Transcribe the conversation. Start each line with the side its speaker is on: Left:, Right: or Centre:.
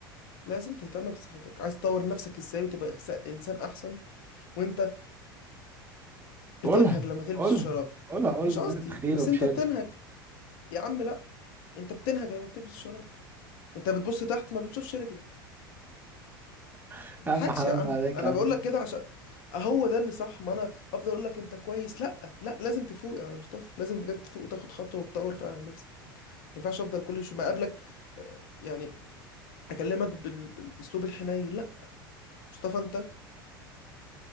Left: لازم تهتم بصحتك عايز تطور نفسك ازاي وتبقى إنس- انسان احسن وانت بتنهج
Right: قولها
Left: لما تلبس
Right: قولها
Left: الشراب
Right: قولها قول
Left: مش
Right: ان
Left: قصدي
Right: انا تخين
Left: بس
Right: وفشل
Left: انت بتنهج يا عم لا انت بتنهج لما بتلبس الشراب انت بتبص تحت ما بتشوفش رجلك
Right: <laughs>
Left: ما
Right: يا
Left: تضحكش
Right: عم حرام
Left: يا عم
Right: عليك
Left: انا
Right: يا عم
Left: بقول لك كده عشان هو ده اللي صح ما انا هفضل اقول لك انت كويس لا لا لازم تفوق يا مصطفى لازم بجد تفوق وتاخد خطوه وتطور فعلا نفسك ما ينفعش افضل كل شويه ما اقابلك آه، يعني اكلمك بال... بالاسلوب الحنين لا مصطفى انت